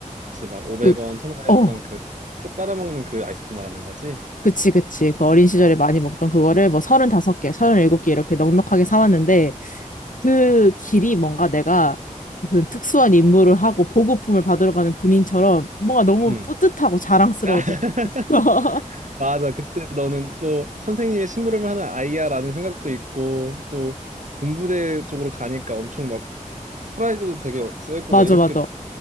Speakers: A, on the right; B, on the left.
A: 그치, 막 500원,
B: 그,
A: 1000원 했던
B: 어,
A: 그, 쪽 빨아먹는 그 아이스크림 말하는 거지?
B: 그치, 그치. 그 어린 시절에
A: 아
B: 많이 먹던 그거를 뭐 서른다섯 개 서른 일곱 개 이렇게 넉넉하게 사왔는데 그 길이 뭔가 내가 무슨 특수한 임무를 하고 보급품을 받으러 가는 군인처럼 뭔가 너무
A: 음.
B: 뿌듯하고 자랑스러웠던
A: <laughs>
B: 기억이 있어. <laughs>
A: 아, 맞아. 그때 너는 또 선생님의 심부름을 하는 아이야라는 생각도 있고, 또 군부대 쪽으로 가니까 엄청 막 프라이드도 되게 세고
B: 맞아,
A: 막 이랬겠.
B: 맞아.